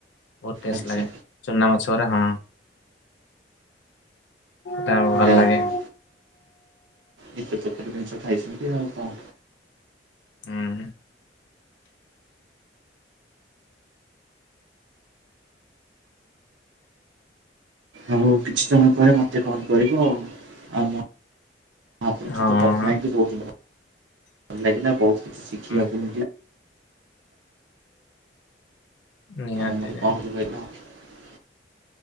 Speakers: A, on the left (about 85°); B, on the right (about 85°).
A: ବହୁତ ଟେଷ୍ଟ
B: ଆଚ୍ଛା
A: ଲାଗେ ଚୂନା ମଛଗୁଡ଼ା ହଁ। ସେଟା ଆ ଭଲ
B: ଯା
A: ଲାଗେ।
B: ହଉ ଏତେ ପ୍ରକାର ଖାଇଛନ୍ତି ଆଉ କଣ?
A: ହୁଁ।
B: ଆଉ କିଛି ସମୟ ପରେ ମତେ କଲ୍ କରିବ ଆଉ। ଆପଣଙ୍କ
A: ହୁଁ,
B: ସହିତ କଥା ହେଇକି ବହୁତ ଭଲ ଲାଗିଲା ବହୁତ ଶିଖିବାକୁ
A: ହଁ।
B: ମିଳିଲା।
A: ନିହାତି
B: <unintelligible>
A: ନିହାତି